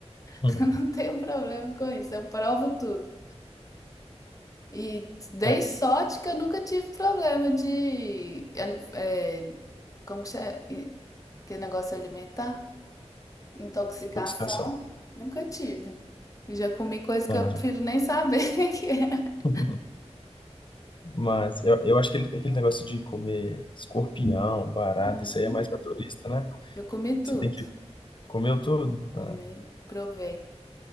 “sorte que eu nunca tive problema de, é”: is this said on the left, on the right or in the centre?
Left